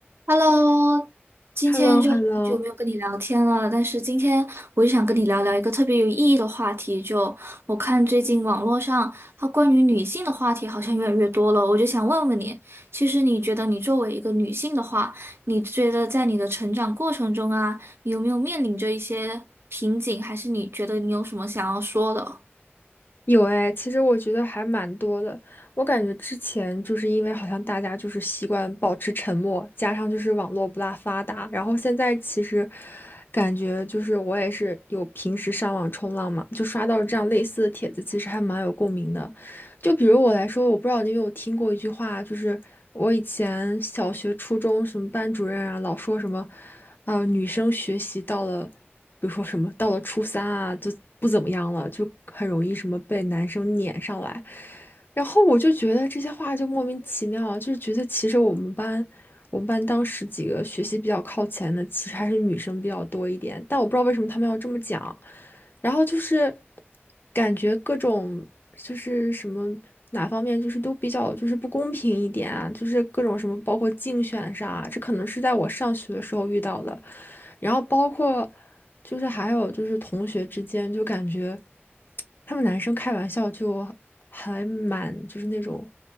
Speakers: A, on the right (about 65°); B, on the left (about 50°).
A: Hello，今天就就没有跟你聊天了，
B: h e l l o h e l l o
A: 但是今天我就想跟你聊聊一个特别有意义的话题。就我看最近网络上它关于女性的话题好像越来越多了，我就想问问你，其实你觉得你作为一个女性的话，你觉得在你的成长过程中啊，你有没有面临着一些瓶颈，还是你觉得你有什么想要说的？
B: 有哎，其实我觉得还蛮多的。我感觉之前就是因为好像大家就是习惯保持沉默，加上就是网络不大发达，然后现在其实感觉就是我也是有平时上网冲浪嘛，就刷到这样类似的帖子，其实还蛮有共鸣的。就比如我来说，我不知道你有没有听过一句话，就是我以前小学、初中什么班主任啊，老说什么，啊、女生学习到了。比如说什么到了初三啊，就不怎么样了，就很容易什么被男生撵上来。然后我就觉得这些话就莫名其妙啊，就是觉得其实我们班，我们班当时几个学习比较靠前的，其实还是女生比较多一点，但我不知道为什么他们要这么讲。然后就是感觉各种就是什么哪方面就是都比较就是不公平一点啊，就是各种什么包括竞选上啊，这可能是在我上学的时候遇到的，然后包括就是还有就是同学之间就感觉他们男生开玩笑就还蛮就是那种